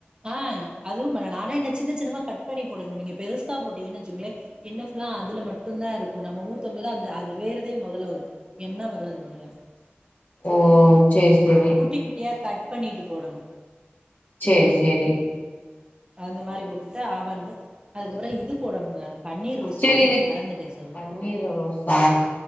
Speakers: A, on the right; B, on the left.
A: ஆஹ் அதுவும் பண்ணலாம் ஆனா என் சின்ன சின்னமா கட் பண்ணி போடணும் நீங்க பெருசா போட்டீங்கனு வச்சுங்களே என்ன அதுல மட்டும்தான் இருக்கும் நம்ம ஊத்தும் போது அந்த அந்த வேறு முதல்ல வரும் எண்ண வராது முதல்ல
B: ஓ சேரி சேரி
A: குட்டி குட்டியா கட் பண்ணிட்டு போடணும்
B: செரி செரி
A: அந்த மாரி போட்டுக்கட்டு ஆவாரம்பூ அதுக்கப்புறம் இது போடணும் பன்னீர் ரோஸ்
B: சேரி
A: போடணும்
B: இது
A: மறந்துட்டே சொல்ல
B: பன்னீர் ரோஸா